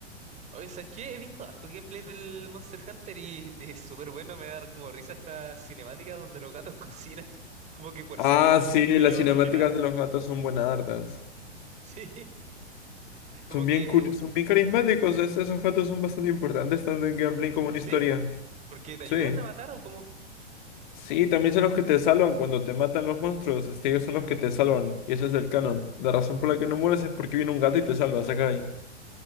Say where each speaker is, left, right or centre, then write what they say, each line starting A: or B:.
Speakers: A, on the right (about 20°); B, on the left (about 40°).
A: Oye, ¿sabes qué? He visto harto gameplay del Monster Hunter y es súper bueno, me da como risa esta cinemática donde los gatos <laughs> cocinan. Como que por
B: Ah,
A: esa razón
B: sí,
A: me, me
B: las
A: llama
B: cinemáticas
A: más que nada.
B: de los gatos son buenas hartas.
A: Sí, <laughs> como
B: Son
A: que
B: bien, cur-
A: igual-
B: son bien carismáticos, es- esos gatos son bastante importantes tanto en gameplay como en
A: ¿Sí?
B: historia.
A: ¿Porque te
B: Sí.
A: ayudan a matar o cómo?
B: Sí, también son los que te salvan cuando te matan los monstruos. Este, ellos son los que te salvan. Y ese es el canon. La razón por la que no mueres es porque viene un gato y te salva, saca de ahí.